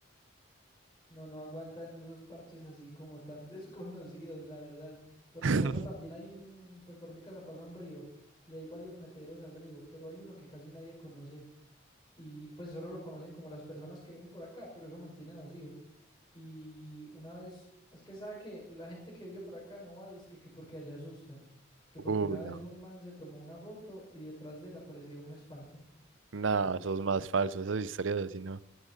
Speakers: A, on the left; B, on the right.
A: No, no aguantan esos parches así como tan <laughs> desconocidos, la verdad. Por
B: <laughs>
A: mi casa también hay un, pues por mi casa pasa un río y hay varios meteros al río, pero hay uno que casi nadie conoce y pues solo lo conocen como las personas que viven por acá, pero eso mantiene vacío. Y una vez, es que sabe que la gente que vive por acá no va, dizque que porque allá asustan, que
B: Uy,
A: porque una
B: no,
A: vez un man se tomó una foto y detrás de él aparecía un espanto.
B: no, eso es más falso, esas historias así no.